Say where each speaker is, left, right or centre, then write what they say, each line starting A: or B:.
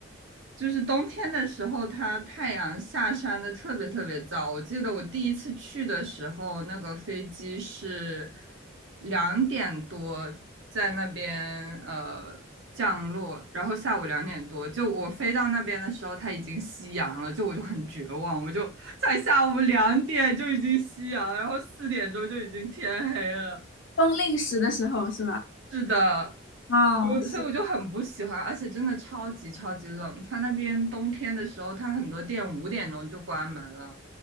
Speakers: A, on the right; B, on the left.
A: 就是冬天的时候，它太阳下山的特别特别早。我记得我第一次去的时候，那个飞机是两点多在那边呃降落，然后下午两点多，就我飞到那边的时候，它已经夕阳了，就我就很绝望，我就在下午两点就已经夕阳，然后四点钟就已经天黑了。
B: 冬令时的时候是吧？
A: 是的，
B: 啊，
A: 我所以我就很不喜欢，
B: 是，
A: 而且真的超级超级冷。它那边冬天的时候，它很多店五点钟就关门了，